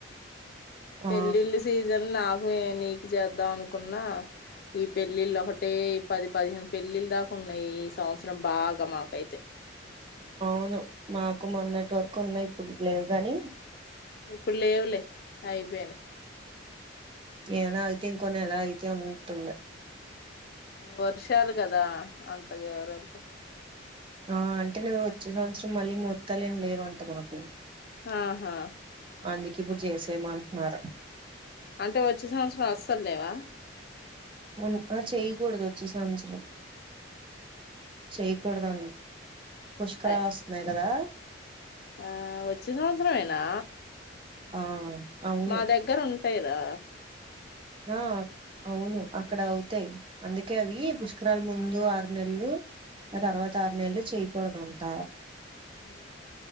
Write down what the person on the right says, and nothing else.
ఆ
అవును మాకు మొన్నటి వరకు ఉన్నాయి ఇప్పుడు లేవ్ గాని
ఏవనా ఆయితంకో ఎలా ఆగిత ఉన్నట్టుంది.
ఆ అంటే నువ్వు వచ్చే సంవత్సరం మళ్ళీ ముహుర్తాలు ఏమి లేవంట మాకు
అందుకు ఇప్పుడు చేసేమంటున్నారు
అవున్క చేయకూడదు చూసేవాళ్ల ఇష్టం చేయ్యకూడదాని పుష్కరాలు
వస్తున్నాయి కదా
ఆ అవును
ఆ అవును అక్కడ అవుతాయి్ అందుకే అవి పుష్క ష్కరాల్ ముందు ఆరు నెలలు ఆ తర్వాత ఆరు నెలలు చేయకూడదు అంట